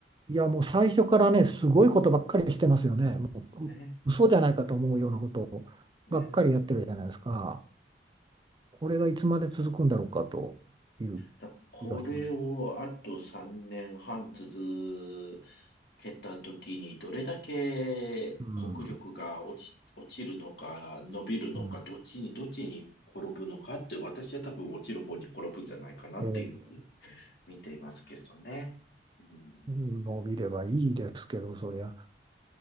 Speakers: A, on the right; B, on the left.
A: いや、もう最初からね、すごいことばっかりしてますよね。もう嘘じゃないかと思うようなことをばっかりやってるじゃないですか。
B: ね、ね。
A: これがいつまで続くんだろうかという
B: だこれをあと3年半続
A: 気がします。
B: けたときに、どれだけ国力が落ち、
A: うん。
B: 落ちるのか、伸びるのか、
A: うん。
B: どっちに、どっちに転ぶのかって、私は多分落ちる方に転ぶんじゃないかなっていうふうに
A: えー
B: 見ていますけれどね。うん、
A: 伸びればいいですけど、そりゃ、